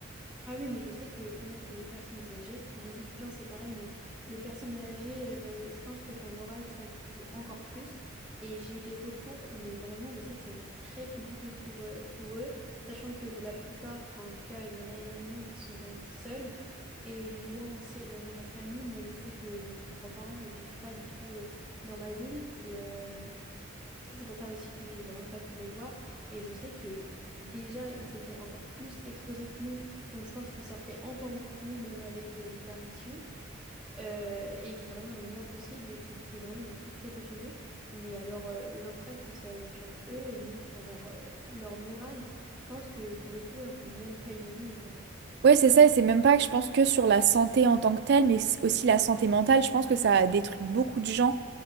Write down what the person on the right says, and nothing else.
Ouais, c'est ça, et c'est même pas que je pense que sur la santé en tant que telle, mais c- aussi la santé mentale, je pense que ça a détruit beaucoup de gens